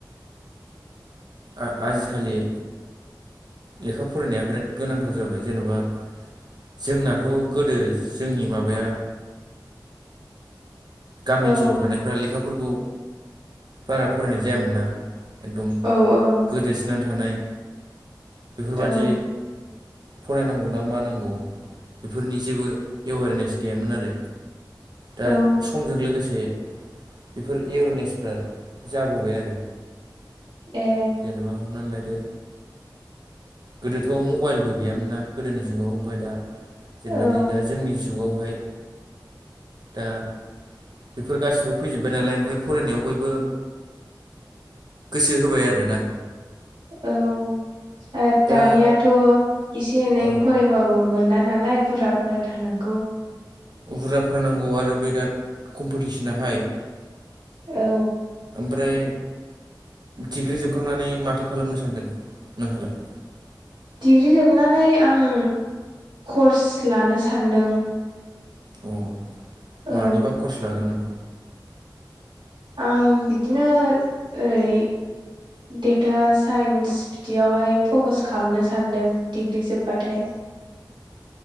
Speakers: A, on the right; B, on the right.
A: आ आजिखालि लेखा फरायनाया बिराद गोनांथार जाबाय जेन'बा जोंनाथ गोदो जोंनि माबाया गामि
B: औ
A: ओनसोलाव थानायफ्रा लेखाफोरखौ बारा फरायनाय जायामोन ना एकदम
B: औ औ
A: गोदोसोनानै थानाय बेफोरबादि
B: औ
A: फरायनांगौ ना मा नांगौ बेफोरनि जेबो एवेरनेस गैयामोन आरो। दा
B: औ
A: समजों लोगोसे बेफोर एवारनेसफ्रा जाबोबाय आरो।
B: ए
A: जेनेबा हमनानै लायदो गोदोथ' मबाइलबो गैयामोनना गोदोनि जुगाव ओमफ्राय दा जेरैबायदि
B: औ
A: दा जोंनि जुगावहाय दा बेफोर गासिबो फैजोब्बाय नालाय ओमफ्राय फरायनायाव बयबो गोसो होबाय आरोना-
B: औ आद
A: दा
B: दानियाथ' एसे एनै
A: औ
B: फरायबाय- यबाबो मोनला नालाय बुरजा फरायथारनांगौ।
A: बुरजा फरायनांगौ आरो बिराद कम्पिटिसनहाय-
B: औ।
A: ओमफ्राय डिग्रि जोबखांनानै माथो खालामनो सानदों नोंहालाय-
B: डिग्रि जोबनानै आं कर्स लानो सानदों।
A: अ
B: औ
A: मानिबा कर्स लागोन नामा?
B: आं बिदिनो ओरै डेटा साइन्स- दियावहाय फकास खालामनो सान्दों डिग्रि जोब्बाथाय।